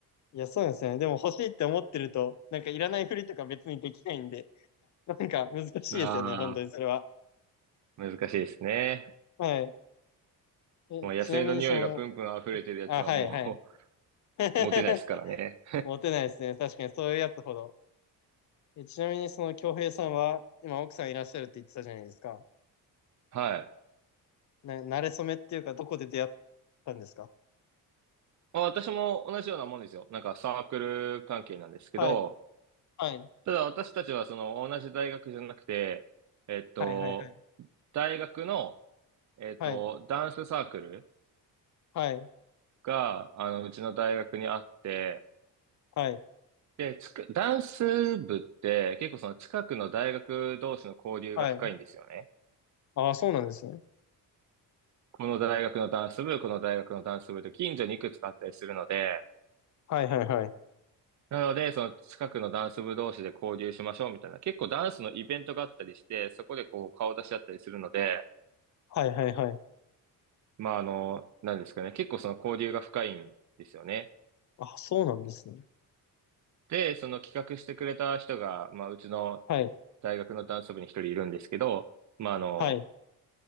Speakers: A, on the left; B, on the right.
A: いや、そうなんですよね。でも欲しいって思ってると、なんかいらないふりとか別にできないんで、なんか難しいですよね、
B: あ
A: 本当にそれは。
B: あ、難しいですね。
A: はい。え、
B: もう野生の匂いがプンプン溢れてるやつはもう、
A: ちなみにその、あ、はいはい。
B: <laughs>
A: <laughs>
B: モテないですからね。
A: モテないですね。確かにそういうやつほど。え、ちなみにその京平さんは、今奥さんいらっしゃるって言ってたじゃないですか。
B: <laughs> はい。
A: な、馴れ初めっていうか、どこで出会ったんですか
B: まあ、私も同じようなもんですよ。なんかサークル関係なんですけど、
A: はい。はい。
B: ただ私たちはその同じ大学じゃなくて、えっと、
A: はいはいはい。
B: 大学の、えっと、
A: はい。
B: ダンスサークル、
A: は
B: が、あの、うちの大学にあって、
A: い。
B: で、つく、ダンス部って結構その近くの大学同士の交流が深いんですよね。
A: はい。ああ、そうなんですね。
B: この大学のダンス部、この大学のダンス部と近所にいくつかあったりするので、
A: はいはいはい。
B: なので、その近くのダンス部同士で交流しましょうみたいな、結構ダンスのイベントがあったりして、そこでこう顔出し合ったりするので、
A: はいはいはい。
B: まああの、なんですかね、結構その交流が深いんですよね。
A: あ、そうなんですね。
B: で、その企画してくれた人が、まあ、うちの
A: はい。
B: 大学のダンス部に一人いるんですけど、まあ、あの、
A: はい。